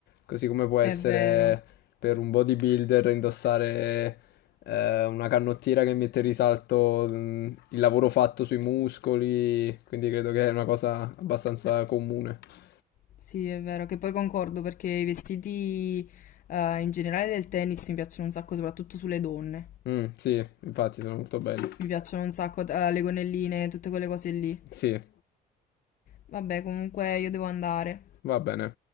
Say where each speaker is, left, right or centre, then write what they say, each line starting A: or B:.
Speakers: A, on the left; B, on the left.
A: così come può essere
B: è vero,
A: per un bodybuilder indossare eh, una canottiera che mette in risalto mm, il lavoro fatto sui muscoli, quindi credo che è una cosa abbastanza comune.
B: sì, è vero, che poi concordo perché i vestiti, eh, in generale del tennis mi piacciono un sacco, soprattutto sulle donne.
A: Mm, sì, infatti sono molto belli.
B: Mi piacciono un sacco, eh, le gonnelline, tutte quelle cose lì.
A: Sì,
B: Vabbè, comunque io devo andare.
A: va bene.